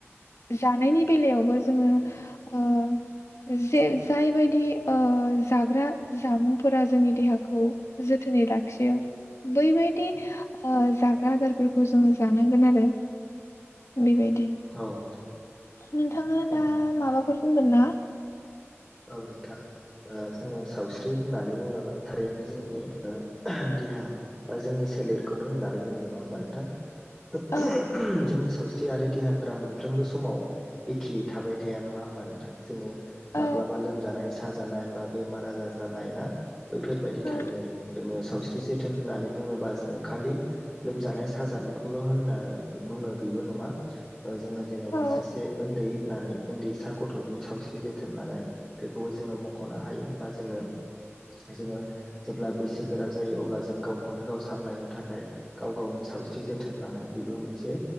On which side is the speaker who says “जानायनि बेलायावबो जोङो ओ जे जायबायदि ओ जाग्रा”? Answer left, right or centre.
Left